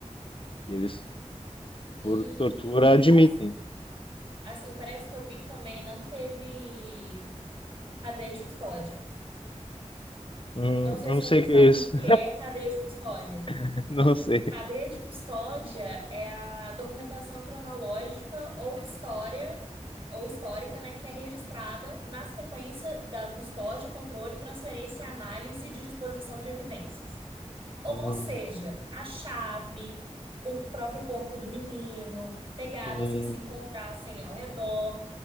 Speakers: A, on the left; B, on the right.
A: E eles,
B: E
A: por tortura, admitem.
B: assim, assim, parece que eu vi que também não teve cadeia de custódia.
A: Hum,
B: Não sei
A: eu
B: se
A: não
B: você
A: sei o
B: sabe
A: que é
B: o
A: isso.
B: que que é cadeia de custódia.
A: <laughs> Não sei.
B: Cadeia de custódia é a documentação cronológica ou história ou histórica, né, que é registrada na sequência da custódia, controle, transferência e análise de disposição de evidências. Ou
A: Hum,
B: seja, a chave, o próprio corpo do menino, pegadas
A: sim.
B: que se encontrassem ao redor,